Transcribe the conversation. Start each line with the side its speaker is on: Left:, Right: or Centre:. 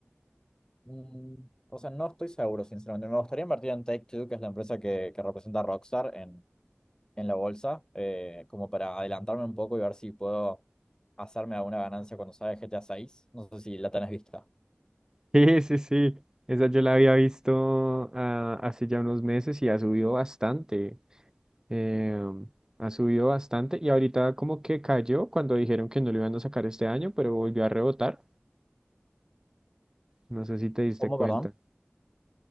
Left: mm, o sea, no estoy seguro, sinceramente. Me gustaría invertir en Take-Two, que es la empresa que, que representa a Rockstar en, en la bolsa, eh, como para adelantarme un poco y ver si puedo hacerme alguna ganancia cuando salga GTA seis No sé si la tenés vista.
Right: Sí, sí, sí. Esa yo la había visto ah, hace ya unos meses y ha subido bastante. Eh, ha subido bastante y ahorita como que cayó cuando dijeron que no lo iban a sacar este año, pero volvió a rebotar. No sé si te diste
Left: ¿Cómo,
Right: cuenta.
Left: perdón?